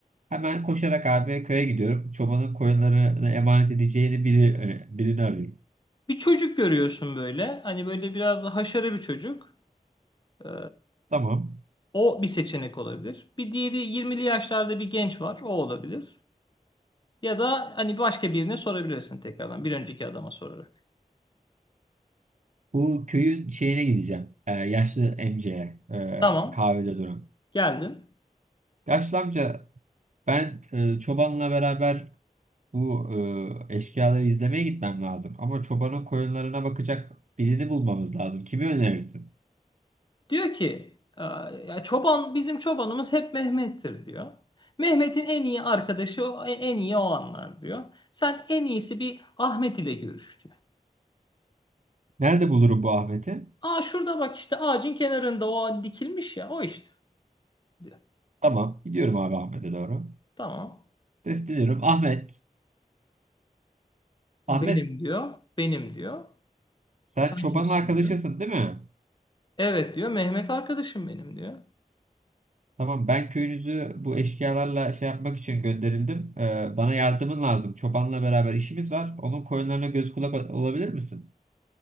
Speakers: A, on the right (about 55°); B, on the left (about 30°).
A: Hemen koşarak abi köye gidiyorum. Çobanın koyunlarını emanet edeceğini biri, e, birini arıyorum.
B: Bir çocuk görüyorsun böyle. Hani böyle biraz da haşarı bir çocuk. Ee,
A: Tamam.
B: o bir seçenek olabilir. Bir diğeri 20'li yaşlarda bir genç var. O olabilir. Ya da hani başka birine sorabilirsin tekrardan. Bir önceki adama sorarak.
A: Bu köyün şeyine gideceğim. E, yaşlı amcaya. e,
B: Tamam,
A: kahvede duran.
B: geldin.
A: Yaşlı amca ben e, çobanla beraber bu e, eşkıyaları izlemeye gitmem lazım. Ama çobanın koyunlarına bakacak birini bulmamız lazım. Kimi önerirsin?
B: Diyor ki "Ee, ya çoban bizim çobanımız hep Mehmet'tir diyor. Mehmet'in en iyi arkadaşı o- en iyi o anlar diyor. Sen en iyisi bir Ahmet ile görüş diyor.
A: Nerede bulurum bu Ahmet'i?
B: Aa şurada bak işte ağacın kenarında o dikilmiş ya o işte diyor.
A: Tamam. Gidiyorum abi Ahmet'e doğru.
B: Tamam.
A: Sesleniyorum. Ahmet. Ahmet
B: Benim diyor. Benim diyor.
A: sen
B: Sen
A: çobanın
B: kimsin
A: arkadaşısın
B: diyor.
A: değil mi?
B: Evet diyor. Mehmet arkadaşım benim diyor.
A: Tamam ben köyünüzü bu eşkıyalarla şey yapmak için gönderildim. Ee, bana yardımın lazım. Çobanla beraber işimiz var. Onun koyunlarına göz kulak olabilir misin?